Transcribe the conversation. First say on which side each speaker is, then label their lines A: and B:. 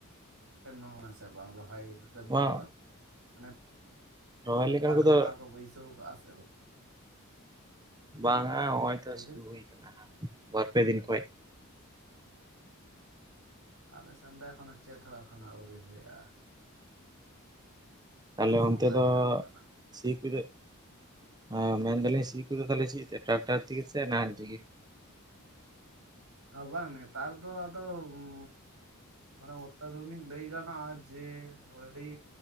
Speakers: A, on the right; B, on the right.
A: <unintelligible> ᱥᱮ ᱵᱟᱝ, ᱨᱚᱦᱚᱭ ᱠᱟᱹᱢᱤ
B: ᱱᱚᱣᱟ
A: ᱠᱚᱫᱚ? ᱢᱟᱱᱮ
B: ᱨᱚᱦᱚᱭ
A: ᱢᱤᱫ
B: ᱞᱮᱠᱟᱱ
A: ᱵᱟᱨ
B: ᱠᱚᱫᱚ
A: ᱛᱚᱞᱟ ᱠᱚ ᱵᱟᱹᱭᱥᱟᱹᱣ ᱠᱟᱜᱼᱟ ᱥᱮ ᱵᱟᱝ?
B: ᱵᱟᱝᱟ, ᱱᱚᱸᱜᱼᱚᱭ ᱛᱚ
A: ᱞᱟᱹᱭ
B: ᱥᱩᱨᱩ
A: ᱵᱤᱱ
B: ᱦᱩᱭ ᱠᱟᱱᱟ ᱦᱟᱸᱜ ᱵᱟᱨᱯᱮ ᱫᱤᱱ ᱠᱷᱚᱡ ᱾
A: ᱟᱞᱮ ᱥᱮᱱ ᱫᱚ ᱮᱠᱷᱚᱱᱳ ᱪᱮᱫ ᱦᱚᱸ ᱮᱠᱷᱚᱱᱳ ᱟᱹᱣᱨᱤ ᱦᱩᱭᱩᱜ-ᱟ᱾
B: ᱛᱟᱞᱮ
A: ᱱᱚᱝᱠᱟ
B: ᱚᱱᱛᱮ ᱫᱚ
A: ᱤᱭᱟᱹ ᱠᱟᱱᱟ
B: ᱥᱤ ᱠᱩᱫᱮ ᱦᱟᱸ ᱢᱮᱱᱫᱟᱞᱤᱧ ᱥᱤ ᱠᱚᱫᱚ ᱛᱟᱦᱞᱮ ᱪᱮᱫ ᱴᱨᱟᱠᱴᱟᱨ ᱛᱮᱜᱤ ᱥᱮ ᱱᱟᱦᱮᱞ ᱛᱮᱜᱤ?
A: ᱚ ᱵᱟᱝ ᱱᱮᱛᱟᱨ ᱫᱚ ᱟᱫᱚ ᱩᱸᱻ ᱢᱟᱱᱮ ᱚᱛᱛᱟᱫᱷᱩᱱᱤᱠ ᱞᱟᱹᱭ ᱜᱟᱱᱚᱜ-ᱟ ᱡᱮ ᱟᱹᱰᱤ